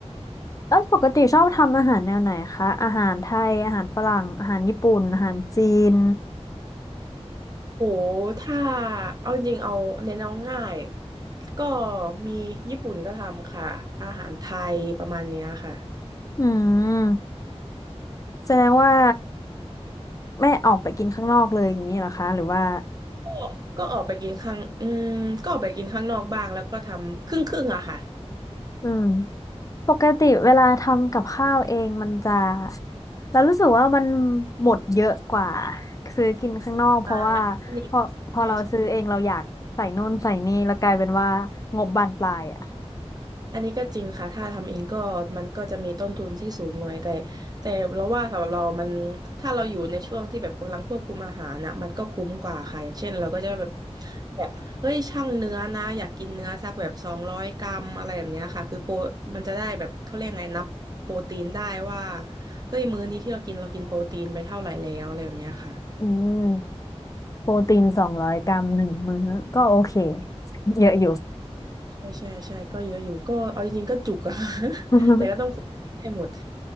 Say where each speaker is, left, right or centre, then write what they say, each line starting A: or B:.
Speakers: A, on the left (about 30°); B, on the right (about 35°).
A: แล้วปกติชอบทำอาหารแนวไหนคะ อาหารไทย อาหารฝรั่งอาหารญี่ปุ่น อาหารจีน
B: โหถ้าเอาจริงเอาเน้นเอาง่ายก็มีญี่ปุ่นก็ทำค่ะอาหารไทยประมาณเนี้ยค่ะ
A: อืมแสดงว่าไม่ออกไปกินข้างนอกเลยอย่างนี้เหรอคะหรือว่า
B: ก็ก็ออกไปกินข้างอืมก็ออกไปกินข้างนอกบ้างแล้วก็ทำครึ่งครึ่งอะค่ะ
A: อืม ปกติเวลาทำกับข้าวเองมันจะเรารู้สึกว่ามันหมดเยอะกว่าซื้อกินข้างนอกเพราะว่า
B: อ่าอันนี้
A: พอพอเราซื้อเองเราอยากใส่นู่นใส่นี่แล้วกลายเป็นว่า
B: ใช่ใช่
A: งบบานปลายอ่ะ
B: อันนี้ก็จริงค่ะถ้าทำเองก็มันก็จะมีต้นทุนที่สูงหน่อยแต่แต่เราว่าสำหรับเรามันถ้าเราอยู่ในช่วงที่แบบกำลังควบคุมอาหารน่ะมันก็คุ้มกว่าค่ะอย่างเช่นเราก็จะแบบแบบเฮ้ยช่างเนื้อนะอยากกินเนื้อสักแบบสองร้อยกรัมอะไรแบบเนี้ยค่ะคือโปรมันจะได้แบบเขาเรียกไงนับโปรตีนได้ว่าเฮ้ยมื้อนี้ที่เรากินเรากินโปรตีนไปเท่าไหร่แล้วอะไรแบบเนี้ยค่ะ
A: อืมโปรตีนสองร้อยกรัมหนึ่งมื้อก็โอเค <laughs> เยอะอยู่
B: ใช่ใช่ใช่ก็เยอะอยู่ก็เอาจริงๆก็จุกอะ <laughs>
A: <laughs>
B: แต่ก็ต้องฝึกให้หมด